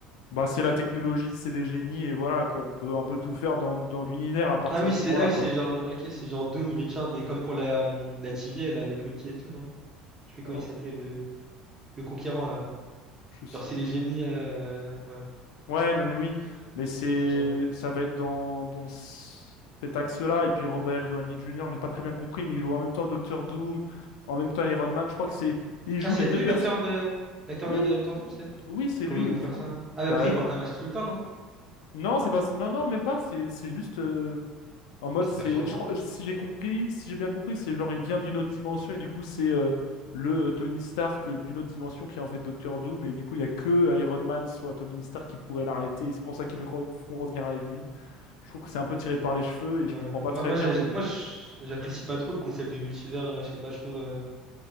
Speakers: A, on the left; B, on the right.
A: Bah, c'est la technologie, c'est des génies, et voilà, quoi. On peut un peu tout faire dans, dans l'univers à partir
B: Ah oui,
A: de ce
B: c'est
A: moment-là,
B: ah oui,
A: quoi.
B: c'est genre ok, c'est genre Doom, Richard et comme pour la euh, la TVA là avec Loki et tout, non? Je sais plus comment
A: Oh,
B: il s'appelait le le conquérant là.
A: je sais.
B: Genre c'est les génies euh, ouais,
A: Ouais, non, mais oui. Mais c'est,
B: c'est genre euh.
A: ça va être dans, dans c- cet axe-là. Et puis Robert Downey Jr., j'ai pas très bien compris, mais il joue en même temps Doctor Doom, en même temps Iron Man. Je crois que c'est, il joue
B: Ah, ça
A: les
B: va
A: deux
B: être lui
A: personnes.
B: l'acteur de l'acteur
A: Oui,
B: de Doctor Doom, c'est?
A: oui, c'est
B: Comment
A: lui.
B: ils vont
A: Et du
B: faire
A: coup,
B: ça?
A: je-
B: Ah, mais
A: bah,
B: après il porte un masque tout le temps, non?
A: non, c'est pas, non, non, même pas. C'est, c'est juste. euh, En mode,
B: C'est
A: c'est,
B: perturbant,
A: je crois, si j'ai compris, si j'ai bien compris, c'est genre il vient d'une autre dimension et du coup c'est euh, le euh, Tony Stark euh, d'une autre dimension qui est en fait Doctor Doom mais du coup il y a que Iron Man soit Tony Stark qui pourrait l'arrêter et c'est pour ça qu'ils le re- font revenir à la vie. Je trouve que c'est un peu tiré par les cheveux et
B: Ouais.
A: je comprends pas
B: Moi,
A: très
B: moi,
A: bien
B: j'ai-
A: mais bon.
B: moi, j'- j'apprécie pas trop le concept de multivers. euh, je sais pas, je trouve. euh,